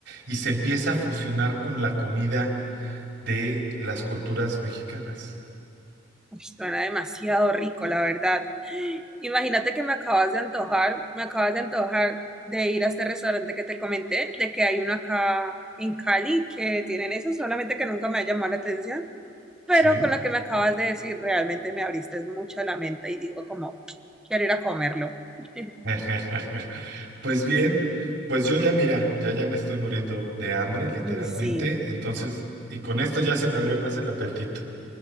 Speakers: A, on the right; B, in the centre.
A: y se empieza a fusionar con la comida de las culturas mexicanas,
B: Uy, suena demasiado rico, la verdad. Imagínate que me acabas de antojar, me acabas de antojar de ir a este restaurante que te comenté, de que hay uno acá en Cali que tienen eso, solamente que nunca me ha llamado la atención, pero
A: ¿sí?
B: con lo que me acabas de decir, realmente me abriste mucho la mente y digo como, quiero ir a comerlo. <laughs>
A: <laughs> Pues bien, pues yo ya mira, ya ya me estoy muriendo de hambre, literalmente,
B: Uy, sí,
A: entonces, y con esto ya se me abrió más el apetito.